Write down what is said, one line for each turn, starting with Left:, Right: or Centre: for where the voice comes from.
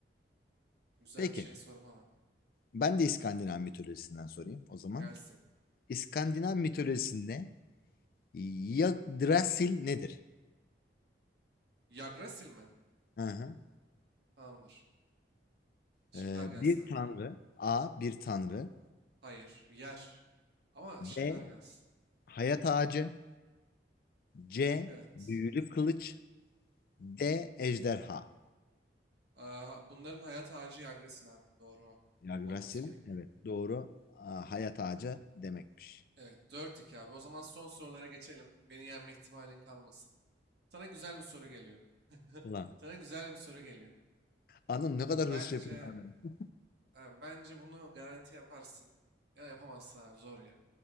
Right: Güzel
Left: Peki
Right: bir şey sor bana.
Left: ben de İskandinav mitolojisinden sorayım o zaman.
Right: Gelsin.
Left: İskandinav mitolojisinde Yggdrasil nedir?
Right: Yggdrasil mi?
Left: Hı hı.
Right: Tamamdır. Şıklar
Left: Ee,
Right: gelsin
Left: bir
Right: abi.
Left: tanrı. A. Bir tanrı.
Right: Hayır. Yer. Ama
Left: B.
Right: şıklar gelsin.
Left: Hayat ağacı. C.
Right: Evet.
Left: Büyülü kılıç. D. Ejderha.
Right: Aa, bunların hayat ağacı Yggdrasil abi. Doğru o.
Left: Yggdrasil
Right: Olması gerekiyor.
Left: evet doğru. Aa, hayat ağacı demekmiş.
Right: Evet. dört 2 abi. O zaman son sorulara geçelim. Beni yenme ihtimalin kalmasın. Sana güzel bir soru geliyor. <laughs>
Left: Ulan
Right: Sana güzel bir soru geliyor.
Left: anam ne kadar hızlı
Right: Bence
Left: yapıyor abi.
Right: Ha, bence bunu garanti yaparsın. Ya da yapamazsın abi zor ya.